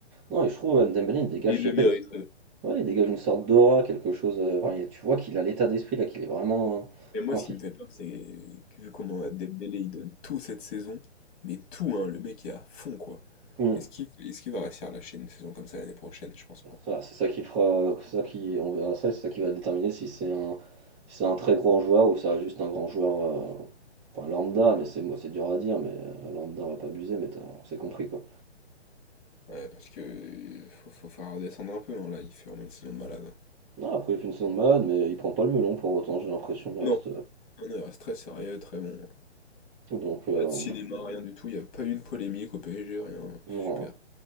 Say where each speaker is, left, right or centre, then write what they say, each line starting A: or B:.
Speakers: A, on the right; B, on the left.
A: Non, et je trouve euh, Dembélé, il dégage,
B: Et il
A: je
B: le
A: sais pas,
B: mériterait.
A: Ouais, il dégage une sorte d'aura, quelque chose, heu, enfin, il tu vois qu'il a l'état d'esprit là, qu'il est vraiment
B: Mais moi,
A: euh,
B: ce
A: impliqué.
B: qui me fait peur, c'est que vu comment Dembélé il donne tout cette saison, mais tout, hein, le mec est à fond, quoi.
A: Mmh.
B: Est-ce qu'il est-ce qu'il va réussir à lâcher une saison comme ça l'année prochaine? Je pense pas.
A: Voilà, c'est ça qui fera c'est ça qui on verra ça et c'est ça qui va déterminer si c'est un si c'est un très grand joueur ou ça reste juste un grand joueur, heu, enfin lambda, mais c'est moi c'est dur à dire, mais heu, lambda on va pas abuser, mais tu on s'est compris quoi.
B: Ouais, parce que euh, faut, faut faire redescendre un peu, hein, là, il fait vraiment une saison de malade. hein.
A: Non, après il fait une saison de malade, mais il prend pas le melon pour autant, j'ai l'impression, il
B: Non.
A: reste,
B: Non, non, il reste très sérieux, très bon. hein.
A: euh. donc heu,
B: Pas de cinéma, rien du tout, il n'y a pas eu une polémique au PSG, rien.
A: non.
B: Super.